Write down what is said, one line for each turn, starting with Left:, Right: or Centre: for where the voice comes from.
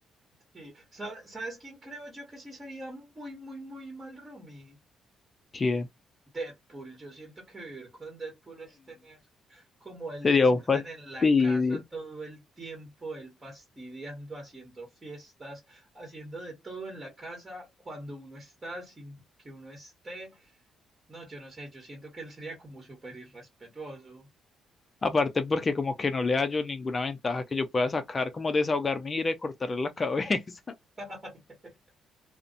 Right: sí. ¿Sabe- ¿Sabes quién creo yo que sí sería muy, muy, muy mal roomie?
Left: ¿Quién?
Right: Deadpool, yo siento que vivir con Deadpool es tener como el
Left: Sería
Right: desorden
Left: un fastidio.
Right: en la casa todo el tiempo, él fastidiando, haciendo fiestas, haciendo de todo en la casa cuando uno está, sin que uno esté. No, yo no sé, yo siento que él sería como súper irrespetuoso.
Left: Aparte porque como que no le hallo ninguna ventaja que yo pueda sacar, como desahogarme y ir a cortarle la cabeza. <laughs>
Right: <laughs>